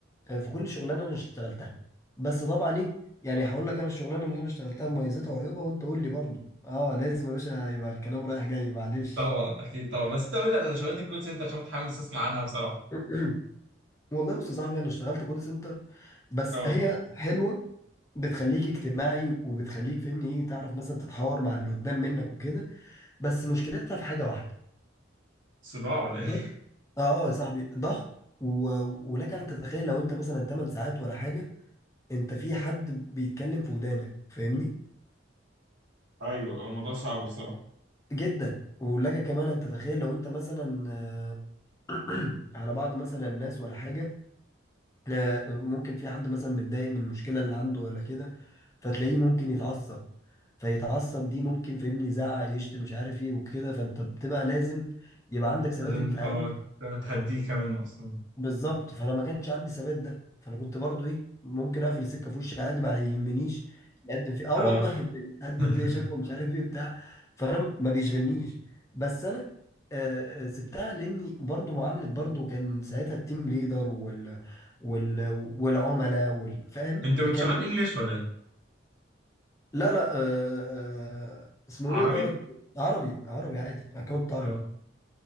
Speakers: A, on the left (about 15°); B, on the right (about 70°).
A: آه، في كل شغلانة انا اشتغلتها بس طبعا ايه يعني هقول لك انا الشغلانة اللي انا اشتغلتها مميزاتها وعيوبها وانت قول لي برضو اه لازم يا باشا يبقى الكلام رايح جاي معلش
B: طبعا اكيد طبعا بس انت قول لي على شغلات الكول سنتر عشان متحمس اسمع عنها بصراحه
A: <clears throat> والله بص يا صاحبي انا اشتغلت كول سنتر بس
B: اه
A: هي حلوه بتخليك اجتماعي وبتخليك فاهمني ايه تعرف مثلا تتحاور مع اللي قدام منك وكده بس مشكلتها في حاجه واحده
B: صداع ولا ايه
A: ضغط اه يا صاحبي ضغط و... ولك ان تتخيل لو انت مثلا 8 ساعات ولا حاجه انت في حد بيتكلم في ودانك فاهمني
B: ايوه هو الموضوع صعب بصراحه
A: جدا ولك كمان ان تتخيل لو انت مثلا آه، <clears throat> على بعض مثلا الناس ولا حاجه آه، ممكن في حد مثلا متضايق من المشكلة اللي عنده ولا كده فتلاقيه ممكن يتعصب فيتعصب دي ممكن فاهمني يزعق يشتم مش عارف ايه وكده فانت بتبقى لازم يبقى عندك ثبات
B: لازم
A: انفعالي
B: اه تهديه كمان اصلا
A: بالظبط فانا ما كانش عندي ثبات ده فانا كنت برضو ايه ممكن اقفل السكه في وشي عادي ما يهمنيش يقدم فيه اه
B: اه
A: والله <laughs> يقدم
B: <laughs>
A: فيه شكوى مش عارف ايه بتاع فانا ما بيشغلنيش بس انا آه، آه، سبتها لاني برضو معامله برضو كان ساعتها التيم ليدر وال وال والعملاء وال- فاهم
B: انت كنت
A: كان
B: شغال انجليش ولا ايه؟
A: لا لا آه، آه، آه، اسمه
B: عربي
A: ايه دوت عربي عربي عادي اكونت عربي
B: اه